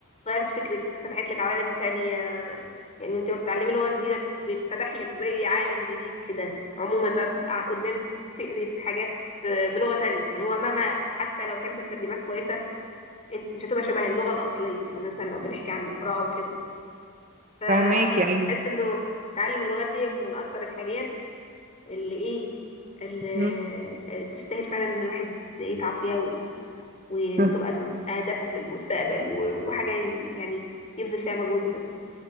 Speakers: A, on the left; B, on the right.
A: غيرت فكرك فتحت لك عوالم تانية يعني انت لما بتتعلمي لغة جديدة بيتفتح لك زي عالم جديد كده عموما بقى بقى قدامك تقري في حاجات بلغة تانية يعني هو مهما حتى لو كانت الترجمات كويسة انت مش هتبقى شبه اللغة الأصلية يعني مثلا لو بنحكي عن القراءة وكده فبحس
B: فهماكي ايوه
A: انه تعلم اللغات دي من أكتر الحاجات اللي ايه اللي
B: مم.
A: تستاهل فعلا ان الواحد يتعب فيها و... وتبقى
B: <laughs>
A: من أهدافه في المستقبل و... وحاجة يعني يبذل فيها مجهود وكده